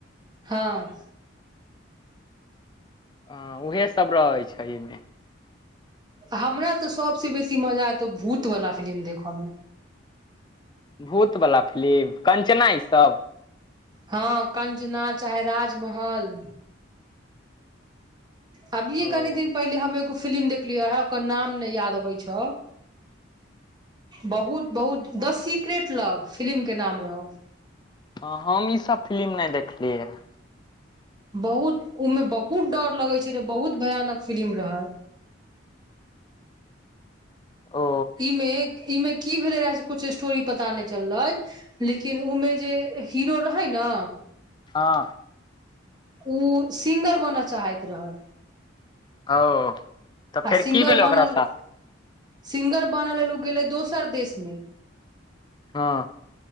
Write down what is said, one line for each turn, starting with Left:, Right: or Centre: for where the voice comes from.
Right: हँ।
Left: हॅं उहे सब रहै छै अइ मे।
Right: हमरा तऽ सबसे बेसी मजा एतौ भूत वाला फिलिम देखऽ मे।
Left: भूत बला फिलिम कंचना ई सभ।
Right: हँ कंचना चाहे राजमहल। अभिये
Left: ओ
Right: कनि दिन पहिले हम एगो फिलिम देखलियै हें, ओकर नाम नै याद अबै छौ। बहुत - बहुत द सीक्रेट लव फिलिम के नाम रहौ।
Left: हँ हम ई सब फिलिम नै देखलियै ह।
Right: बहुत उ में बहुत डर लगै छै रे बहुत भयानक फिल्म रहय।
Left: ओ
Right: इ मे इ में की भेलै रहे से कुछ स्टोरी पता नै चललइ। लेकिन उमे जे हीरो रहैय न
Left: हँ।
Right: उ सिंगर बनऽ चाहैत रहै।
Left: ओ। तऽ फेर
Right: आ सिंगर
Left: की भेलै
Right: बनल
Left: ओकरा साथ
Right: सिंगर बनऽ लेल गेलै उ दोसर देशमे।
Left: हँ।